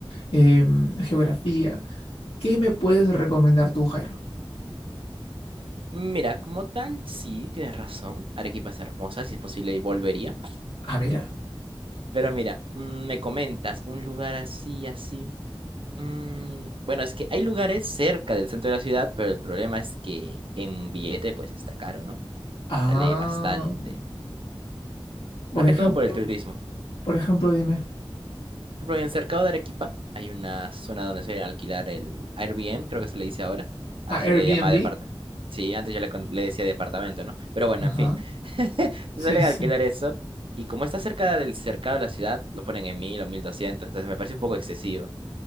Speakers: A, on the left; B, on the right.
A: em, geografía. ¿Qué me puedes recomendar tú, Jairo?
B: Mira, como tal, sí, tienes razón. Arequipa es hermosa, si es posible, y volvería.
A: Ah, mira.
B: Pero mira, mm, me comentas, un lugar así, así. mm, bueno, es que hay lugares cerca del centro de la ciudad, pero el problema es que en billete, pues está caro, ¿no?
A: Ah.
B: Sale bastante.
A: Por
B: Más
A: ejemplo,
B: que todo por el turismo.
A: por ejemplo, dime.
B: Por ejemplo, en el cercado de Arequipa hay una zona donde suelen alquilar el Airbnb, creo que se le dice ahora. Antes
A: Ah, Airbnb.
B: yo le llamaba departamento. Sí, antes yo le, con- le decía departamento, ¿no? Pero bueno,
A: Ajá.
B: en fin. <laughs> Se
A: Sí,
B: suele
A: sí.
B: alquilar
A: sí.
B: eso. Y como está cerca del cercado de la ciudad, lo ponen en 1000 o mil doscientos Entonces me parece un poco excesivo.